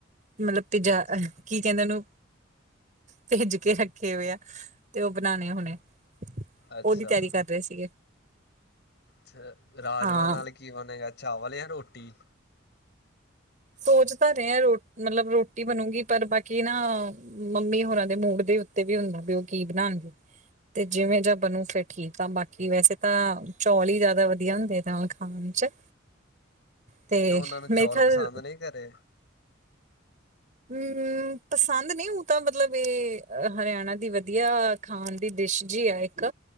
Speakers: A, on the right (about 40°); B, on the left (about 60°).
A: ਮਤਲਬ ਭਿਜਾ
B: ਅੱਛਾ
A: ਕੀ ਕਹਿੰਦੇ, ਉਹਨੂੰ ਭਿੱਜ ਕੇ ਰੱਖੇ ਹੋਏ ਆ, ਤੇ ਉਹ ਬਣਾਣੇ ਹੁਣੇ।
B: ਅੱਛਾ
A: ਉਹਦੀ ਤਿਆਰੀ ਕਰ ਰਹੇ ਸੀਗੇ।
B: ਛ ਰਾਜਮਾਂ
A: ਹਾਂ
B: ਨਾਲ ਕੀ ਬਣੇਗਾ, ਚਾਵਲ ਜਾਂ ਰੋਟੀ।
A: ਸੋਚ ਤਾਂ ਰਹੇ ਆਂ ਮਤਲਬ ਰੋਟੀ ਬਣੂਗੀ, ਪਰ ਬਾਕੀ ਨਾ ਮੰਮੀ ਹੋਰਾਂ ਦੇ ਮੂਡ ਦੇ ਉੱਤੇ ਤੇ ਵੀ ਹੁੰਦਾ ਵੀ ਉਹ ਕੀ ਬਣਾਣਗੇ, ਤੇ ਜਿਵੇਂ ਦਾ ਬਨੂੰ ਫਿਰ ਠੀਕ ਆ, ਬਾਕੀ ਵੈਸੇ ਤਾਂ ਚੌਲ ਹੀ ਜ਼ਿਆਦਾ ਵਧੀਆ ਹੁੰਦੇ ਨਾਲ ਖਾਣ ਚ। ਤੇ
B: ਕਿਉਂ ਉਹਨਾਂ ਨੂੰ
A: ਮੇਰੇ
B: ਚੌਲ
A: ਖਿਆਲ
B: ਪਸੰਦ ਨਹੀਂ ਘਰੇ
A: ਹੂੰ-ਹੂੰ ਪਸੰਦ ਨਹੀਂ, ਉਂ ਤਾਂ ਮਤਲਬ ਇਹ ਹਰਿਆਣਾ ਦੀ ਵਧੀਆ ਖਾਣ ਦੀ ਡਿਸ਼ ਜੀ ਆ ਇੱਕ।